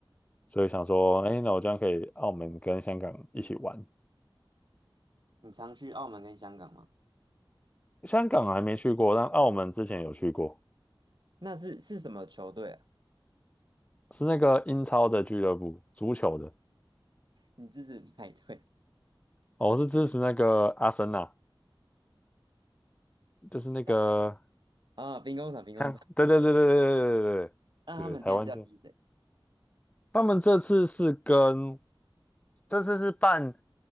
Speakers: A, on the left; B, on the right.
A: 所以想说，哎，那我这样可以澳门跟香港一起玩。
B: 你常去澳门跟香港吗？
A: 香港还没去过，但澳门之前有去过，
B: 那是是什么球队啊？
A: 是那个英超的俱乐部，足球的。
B: 你支持哪一队？
A: 哦，我是支持那个阿森纳，就是那个，
B: <laughs> 啊，兵工厂，兵工厂。
A: 看，对对对对对对对
B: 那他们这次要踢谁？
A: 对，对台湾队。他们这次是跟这次是办